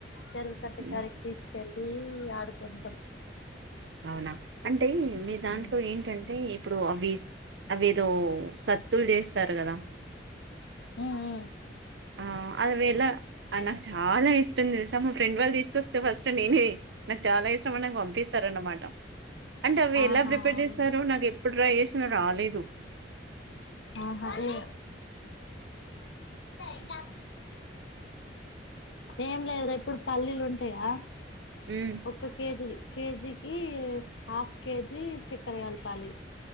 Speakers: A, on the left; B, on the right.
A: చెరువు కట్టుకాడకి
B: ఉమ్,
A: తీసుకెళ్ళి ఆడుకుంటాం
B: అవునా అంటే మీ దాంట్లో
A: ఉమ్
B: ఏంటంటే ఇప్పుడు అవి అవి ఏదో సత్తులు చేస్తారు కదా
A: హు హు
B: ఆ అదివేల ఆ నాకు చాలాయ్ ఇష్టము తెలుసా మా ఫ్రెండ్ వాళ్ళు తీసుకొస్తే ఫస్ట్ నేనే నాకు చాలా ఇష్టం అని నాకు పంపిస్తారు అన్నమాట అంటే అవి ఎలా
A: ఆహా
B: ప్రిపేర్ చేస్తారు
A: అవునా
B: నాకు ఎప్పుడు ట్రై చేసిన రాలేదు
A: అవును హలో ఇంగా ఏం లేదురా ఇప్పుడు పల్లీలు ఉంటాయా
B: ఉమ్,
A: ఒక్క కేజీ కేజీకి హాఫ్ కేజీ చక్కెర కలపాలి